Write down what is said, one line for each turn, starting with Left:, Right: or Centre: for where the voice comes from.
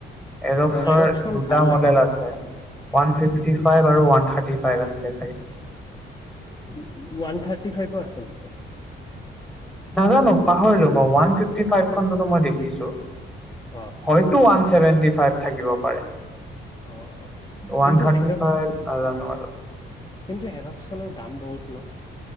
Centre: এজক্সৰ
Left: অ এৰক্সখন
Centre: দুটা
Left: ভাল
Centre: মডেল
Left: লাগে কিন্তু
Centre: আছে ওৱান ফিফটি ফাইভ আৰু থাৰ্টি ফাই আছিল
Left: ৱান থাৰটি <inaudible> <inaudible> ফভ আছে নেকি
Centre: নাজানো পাহৰিলো মই ওৱান ফিফটি ফাইভখনতো মই দেখিছো
Left: অ
Centre: হয়তো ওৱান <inaudible> চেৱেন্তি ফাইভ থাকিব পাৰে
Left: অ অ
Centre: ওৱান
Left: কিন্তু
Centre: থাৰ্টি
Left: এৰক্স
Centre: ফাইভ নাজানো আৰু
Left: কিন্তু <inaudible> <inaudible> দাম বহুত ন <inaudible>